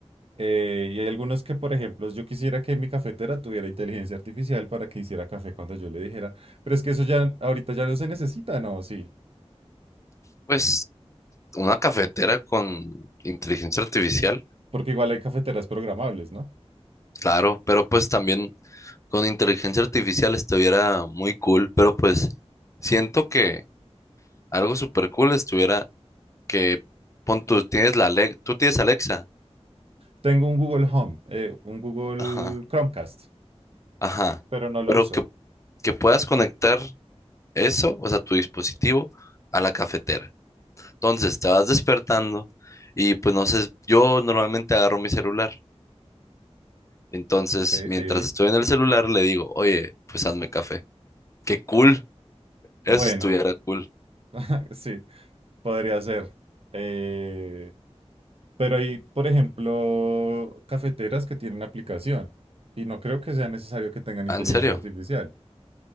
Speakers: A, on the right; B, on the left.
A: Eh, y hay algunos que, por ejemplo, yo quisiera que mi cafetera tuviera inteligencia artificial para que hiciera café cuando yo le dijera, pero es que eso ya ahorita ya no se necesita, ¿no? Sí,
B: Pues una cafetera con inteligencia artificial,
A: porque igual hay cafeteras programables, ¿no?
B: claro, pero pues también con inteligencia artificial estuviera muy cool, pero pues siento que algo súper cool estuviera que pon tú tienes la Alex, tú tienes Alexa.
A: Tengo un Google Home, eh, un Google
B: Ajá.
A: Chromecast.
B: Ajá,
A: pero no lo
B: pero
A: uso.
B: que, que puedas conectar eso, o sea, tu dispositivo a la cafetera. Entonces, te vas despertando y pues no sé, yo normalmente agarro mi celular. Entonces,
A: Ok,
B: mientras
A: sí.
B: estoy en el celular, le digo, oye, pues hazme café. Qué cool, eso
A: Bueno,
B: estuviera cool.
A: <laughs> sí, podría ser. Eh, pero hay, por ejemplo, cafeteras que tienen aplicación y no creo que sea necesario que tengan
B: Ah,
A: inteligencia
B: ¿En serio?
A: artificial.